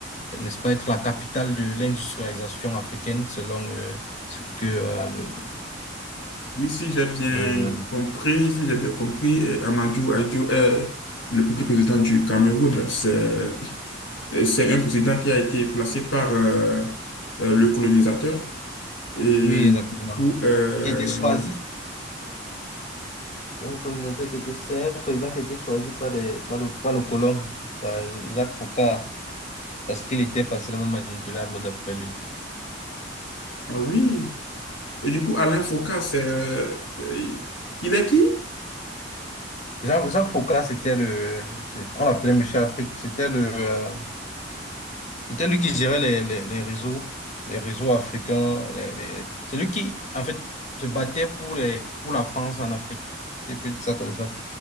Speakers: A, on the left; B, on the left.
A: n'est-ce pas, être la capitale de l'industrialisation africaine, selon euh, ce que euh, le,
B: Oui, si j'ai bien
A: le-
B: compris, si j'ai bien compris, euh, Amadou Ahidjo est le premier président du Cameroun. C'est, euh, c'est un président qui a été placé par euh, euh, le colonisateur. Et
A: Oui, exactement.
B: du coup, euh,
A: Qui était choisi. Un candidat qui était, c'est un président qui était choisi par, les, par, le, par le colon, par Jacques Foucault, parce qu'il était facilement manipulable d'après lui.
B: ah oui. Et du coup, Alain Foucault, c'est, euh, il est qui?
A: Jacques, Jacques Foccart, c'était le, c'est- on l'appelait Monsieur Afrique, c'était le, euh, c'était lui qui gérait les, les, les réseaux, les réseaux africains, les, les- c'est lui qui, en fait, se battait pour les, pour la France en Afrique. C'est peut dire ça comme ça.